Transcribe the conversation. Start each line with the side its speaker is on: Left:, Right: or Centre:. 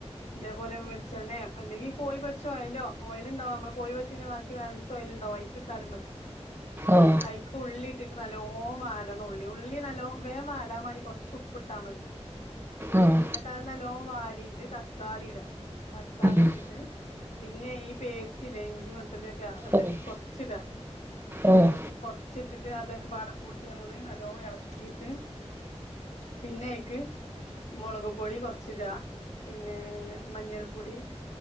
Left: ഇതേ പോലെ വെൾചെണ്ണേ അല്ലെങ്കി കോയി പൊരിച്ചോയലോ ഓയിൽണ്ടാവും മ്മള് കോയി പൊരിച്ചിന്റെ ബാക്കി ബാലൻസോയിൽ. ഓഹ് അയിക്കിട്ടാലും മതി.
Right: ഓഹ്
Left: ഐക്ക് ഉള്ളി ഇട്ടിട്ട് നല്ലോ വാടണം ഉള്ളി ഉള്ളി നല്ലോ വേം വാടാൻ വേണ്ടി കൊറച്ച് ഉപ്പ്ട്ടാ മതി.
Right: ഓഹ്
Left: ങ്ങട്ട് അഹ് നല്ലോ വാടിട്ട് തക്കാളി ഇടാ തക്കാളി
Right: ഉം
Left: ഇട്ടിട്ട്. പിന്നെ ഈ പേസ്റ്റിലെ ഇഞ്ചിം, വെളുത്തുള്ളിയൊക്കെ അത്
Right: ഓഹ്
Left: കൊർച്ചിടാ.
Right: ഓഹ്
Left: കൊർച്ചിട്ടിട്ട് അതൊക്കെ പാട കൂട്ടി നമ്മള് നല്ലോ എളക്കീട്ട്. പിന്ന അയ്ക്ക്. മൊളക് പൊടി കൊർച്ചിട പിന്നെ മഞ്ഞൾപ്പൊടി.